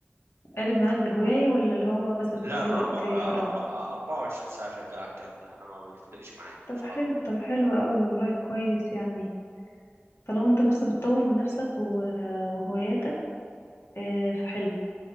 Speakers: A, on the left; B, on the right.
A: قالب معاك بهواية ولا اللي هو بس بتقضي
B: لا انا
A: وقت
B: اربع
A: فراغ
B: اربع 24 ساعه شغال على الكلام ده انا ما بيفرقش معايا
A: طب
B: بصراحه
A: حلو طب حلو قوي والله كويس يعني طالما انت بص بتطور من نفسك و- وهواياتك آه، فحلو